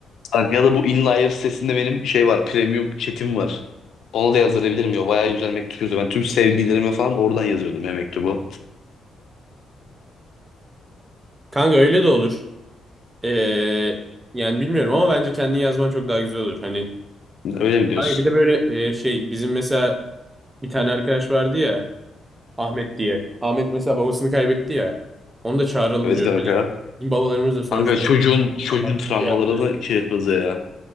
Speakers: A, on the left; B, on the right.
A: Bak ya da bu InLayer sitesinde benim şey var. Premium chat'im var. Onu da yazdırabilirim ya. Bayağı güzel mektup yazıyor. Ben tüm sevgililerime falan oradan yazıyordum ya mektubu.
B: Kanka öyle de olur. Ee, yani bilmiyorum ama bence kendin yazman çok daha güzel olur. Hani
A: Öyle mi diyorsun?
B: kanka bir de böyle e, şey bizim mesela bir tane arkadaş vardı ya Ahmet diye. Ahmet mesela babasını kaybetti ya. Onu da çağıralım
A: Evet
B: diyorum.
A: kanka.
B: Hani Bizim babalarımız da sonuçta
A: Kanka çocuğun çocuğun
B: Bak
A: travmalarını
B: şey yaptı.
A: şey yapıyoruz ya.